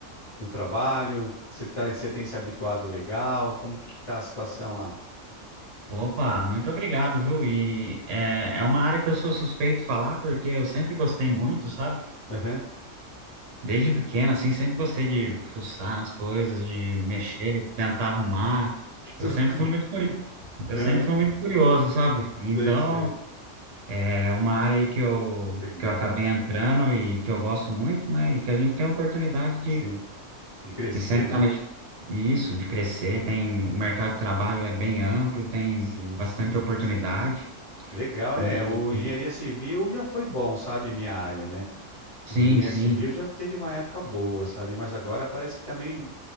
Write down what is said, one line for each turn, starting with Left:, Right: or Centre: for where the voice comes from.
Left: no trabalho? Você tá, você tem se habituado legal? Como que tá a situação lá?
Right: Opa, muito obrigado, viu? E é, é uma área que eu sou suspeito falar, porque eu sempre gostei muito, sabe?
Left: Aham.
Right: Desde pequeno, assim, sempre gostei de fuçar nas coisas, de mexer, tentar arrumar.
Left: <laughs> Tô
Right: Eu sempre
Left: com-
Right: fui muito curi... eu
Left: Aham.
Right: sempre fui muito curioso, sabe? Então,
Left: Sei, sei.
Right: é uma área aí que eu,
Left: Legal.
Right: que eu acabei entrando e que eu gosto muito, né? E que a gente tem a oportunidade
Left: Sim. De crescer,
Right: E sempre
Left: né?
Right: tá mexendo. Isso, de crescer, tem o mercado de trabalho é bem amplo, tem
Left: Sim,
Right: bastante
Left: sim.
Right: oportunidade.
Left: Legal, é.
Right: E
Left: O
Right: e-
Left: engenharia civil já foi bom, sabe? Minha área, né?
Right: sim,
Left: Engenharia
Right: sim,
Left: civil já teve uma época boa, sabe? Mas agora parece que também